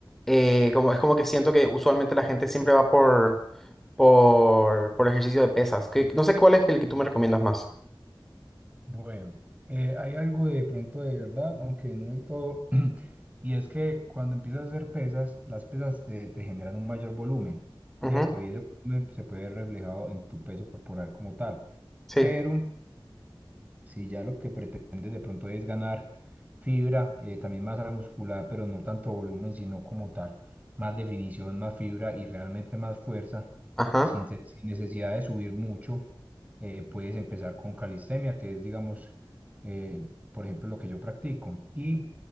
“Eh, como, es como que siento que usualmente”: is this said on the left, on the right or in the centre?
Centre